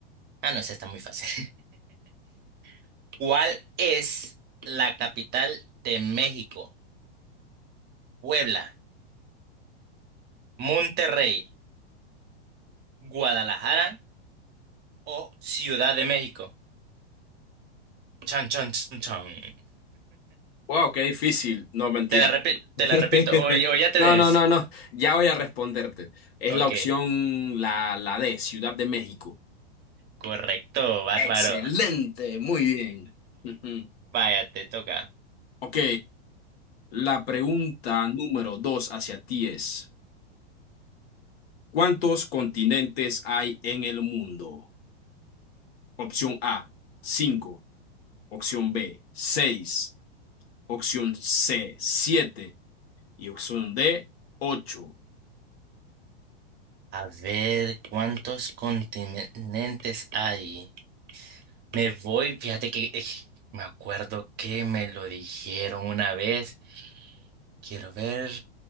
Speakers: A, on the right; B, on the left.
A: Ah, no, esa está muy fácil. <laughs> ¿Cuál es la capital de México? Puebla, Monterrey, Guadalajara o Ciudad de México. Chan, chan, chan, chan.
B: Wow, qué difícil. No, mentira.
A: Te la repito, te
B: <laughs>
A: la repito, o, o ya tenés.
B: No, no, no, no. Ya voy a responderte. Es
A: Ok,
B: la opción, la, la D, Ciudad de México.
A: correcto, bárbaro.
B: Excelente, muy bien. Ujú.
A: Vaya, te toca.
B: Ok, la pregunta número dos hacia ti es, ¿cuántos continentes hay en el mundo? Opción A, 5. Opción B, 6. Opción C, 7. Y opción D, ocho.
A: A ver, ¿cuántos continentes hay? Me voy, fíjate que eh, me acuerdo que me lo dijeron una vez. Quiero ver.